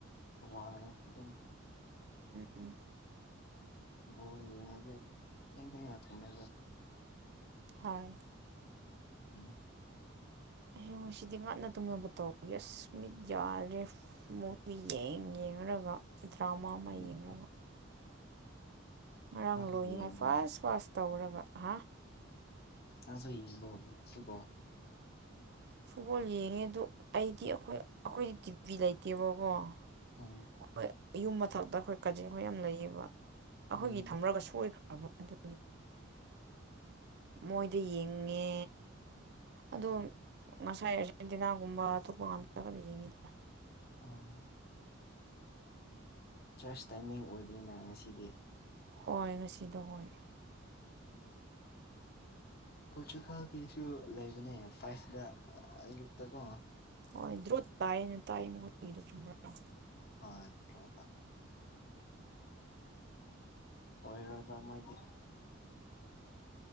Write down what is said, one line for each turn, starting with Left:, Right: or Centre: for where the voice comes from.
Left: ꯋꯥꯅꯤ ꯑꯗꯨꯝ
Right: ꯎꯝ
Left: ꯕꯣꯜ ꯌꯦꯉꯗꯤ ꯊꯦꯡ ꯊ ꯊꯃꯦ
Right: ꯍꯣꯏ
Left: ꯎꯝ
Right: ꯑꯩ ꯉꯁꯤꯗꯤ ꯉꯥꯛꯟꯅ ꯇꯨꯝꯅꯕ ꯇꯧ ꯌꯦꯁ ꯃꯤꯠ ꯌꯥꯔꯦ ꯃꯨꯚꯤ ꯌꯦꯡꯂꯡꯒ ꯗ꯭ꯔꯃꯥ ꯑꯃ
Left: ꯎꯝ
Right: ꯌꯦꯡꯂꯡꯒ ꯉꯔꯥꯡ
Left: ꯅꯪꯁꯨ
Right: ꯂꯣꯏꯉꯩ
Left: ꯌꯦꯡꯕ꯭ꯔꯥ
Right: ꯐꯥꯁ ꯐꯥꯁ ꯇꯧꯔꯒ ꯍꯥ
Left: ꯑ ꯁꯩꯕ ꯀ
Right: ꯐꯨꯠꯕꯣꯜ ꯌꯦꯡꯉꯦ ꯑꯗꯨꯗ ꯑꯩꯗꯤ ꯑꯩꯈꯣꯏ ꯑꯩꯈꯣꯏꯗꯤ ꯇꯤꯚꯤ ꯂꯩꯇꯦꯕꯀꯣ
Left: ꯑ
Right: ꯑꯩꯈꯣꯏ ꯌꯨꯝ ꯃꯊꯛꯇ ꯑꯩꯈꯣꯏ ꯀꯥꯖꯤꯡꯈꯣꯏ ꯌꯥꯝ ꯂꯩꯌꯦꯕ ꯑꯩꯈꯣꯏꯒꯤ
Left: ꯎꯝ
Right: ꯊꯝꯃꯒ ꯁꯣꯏꯈ꯭ꯔꯕ ꯑꯗꯨ ꯃꯣꯏꯗ ꯌꯦꯡꯉꯦ ꯑꯗꯣ ꯉꯁꯥꯏ ꯑꯥꯔꯖꯦꯟꯇꯤꯅꯥꯒꯨꯝꯕ ꯑꯇꯣꯞꯄ ꯉꯇ ꯌꯦꯡꯉꯤꯗ
Left: ꯑꯥ ꯆꯔꯁ ꯇꯥꯏꯃꯤꯡ ꯑꯣꯏꯕꯅꯤꯅ ꯉꯁꯤꯗꯤ
Right: ꯍꯣꯏ ꯉꯁꯤꯗꯣ ꯍꯣꯏ
Left: ꯄꯣꯔꯆꯨꯒꯥꯜꯒꯤꯁꯨ ꯂꯩꯕꯅꯦ ꯐꯥꯏꯁꯇ ꯑꯌꯨꯛꯇꯀꯣ
Right: ꯍꯣꯏ ꯗ꯭ꯔꯣ ꯇꯥꯏꯅ ꯇꯥꯏ ꯃꯈꯣꯏ ꯆ꯭ꯔ
Left: ꯍ ꯇ꯭ꯔꯣ ꯑꯣꯏꯔꯕ ꯃꯣꯏꯗꯤ